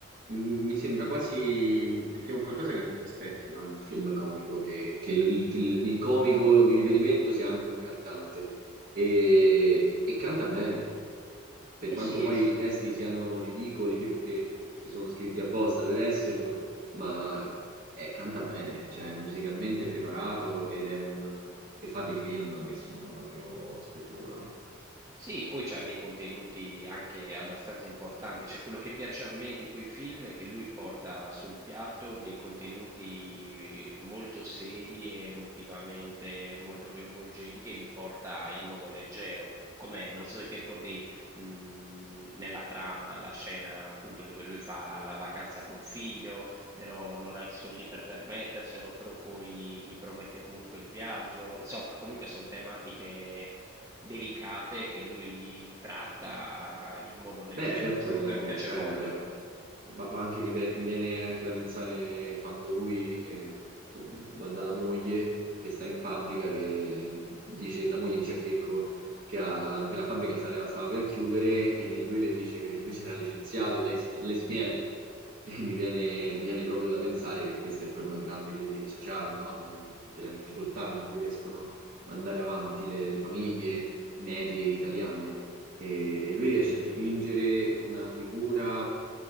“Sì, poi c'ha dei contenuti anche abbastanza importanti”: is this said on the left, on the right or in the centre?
Right